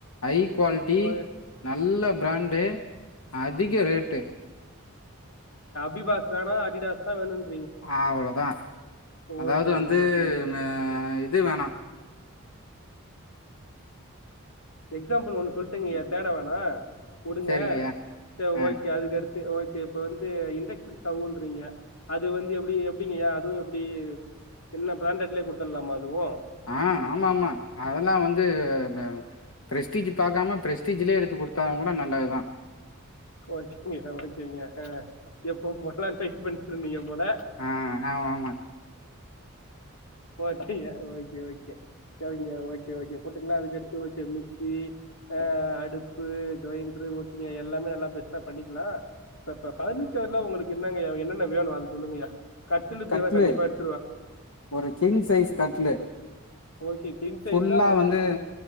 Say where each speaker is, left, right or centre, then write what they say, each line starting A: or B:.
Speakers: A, on the left; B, on the left.
A: ஐ க்வால்டி
B: ஓ
A: நல்லப் ப்ராண்டு அதிக ரேட்டு
B: பிபாஸ் வேணான் அடிடாஸ் தான் வேணுண்
A: ஆவ்ளோதான் அதாவது
B: ஓகேங்கய்யா
A: வந்து
B: ஓகேங்க
A: ம இது வேணாம்
B: எக்ஸாம்புள் ஒண்ணு சொல்லட்டுங்கியா தேட வேணாம் குடுங்க
A: சரிங்கய்யா.
B: சே
A: ஆ.
B: ஓகே அதுகர் டு ஓகே இப்ப வந்து இண்டக்க்ஷன் ஸ்டவ்வுன்றீங்க அது வந்து எப்டி எப்டிங்கியா அதுவும் எப்டி என்ன ப்ராண்டட்லயே குடுத்தட்லாமா அதுவும்
A: அஹ் ஆமாமா அதல்லா வந்து வ ப்ரெஸ்டீஜி பாக்காம ப்ரெஸ்டீஜிலே எடுத்து குடுத்தாவும் கூட நல்லதுதான்
B: ஓகேங்யா ஓகேங்யா எப்போ போட்லான் வெயிட் பண்ட்ருந்தீங்க போல
A: ஆஹ் ஆமா ஆமா
B: ஓகிய ஓகே ஓகே <unintelligible> கே ஓகே போட்டுக்குலாம் அதுக்கடுத்து ஓகே மிக்சி ஆஹ் அடுப்பு கிரைண்ரு ஓகிங்க எல்லாமே நல்லா பெஸ்டா பண்ணிகிலான் ப ப பர்னிச்சர்லா ஒங்களுக்கு என்னங்கையாவ் என்னன்ன வேணும் அத சொல்லுங்கயா கட்டுலு பீரோ
A: கட்லு.
B: கண்டிப்பா எடுத்
A: ஒரு கிங் சைஸ் கட்லு
B: ஓகே கிங் சைஸ்னா
A: ஃபுல்லா
B: ஓகே
A: வந்து
B: மு